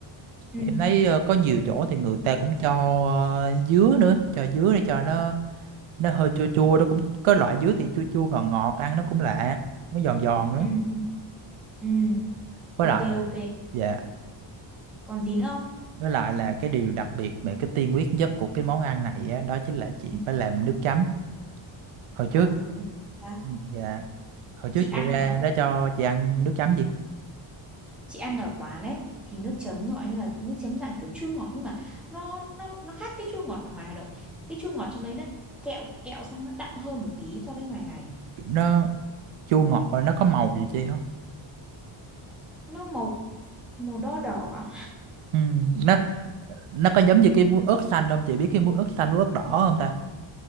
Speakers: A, in the centre; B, on the right (about 85°).
A: ừ
B: em thấy ờ, có nhiều chỗ thì người ta cũng cho ờ, dứa nữa cho dứa để cho nó nó hơi chua chua nó cũng có loại dứa thì chua chua ngọt ngọt ăn nó cũng lạ nó giòn giòn nữa
A: ừ ừ ừ.
B: với
A: ok
B: lại ờ,
A: ok
B: dạ
A: còn gì nữa không
B: Với lại là cái điều đặc biệt về cái tiên quyết nhất của cái món ăn này á, đó chính là chị
A: ừ
B: phải làm nước chấm. Hồi trước
A: Ồ, đúng rồi À,
B: ừ, dạ, hồi trước
A: chị
B: chị
A: ăn
B: ra
A: ở
B: nó cho chị ăn nước chấm gì?
A: chị ăn ở quán ấy thì nước chấm gọi như là nước chấm dạng kiểu chua ngọt nhưng mà nó nó nó khác cái chua ngọt ở ngoài Hà Nội cái chua ngọt trong đấy nó kẹo kẹo xong nó đậm hơn một tí so với ngoài này
B: Nó chua ngọt rồi nó có màu gì chị không?
A: nó màu màu đo đỏ á.
B: Ừ, nó nó có giống như cái muối ớt xanh không? Chị biết cái muối ớt xanh muối ớt đỏ không ta?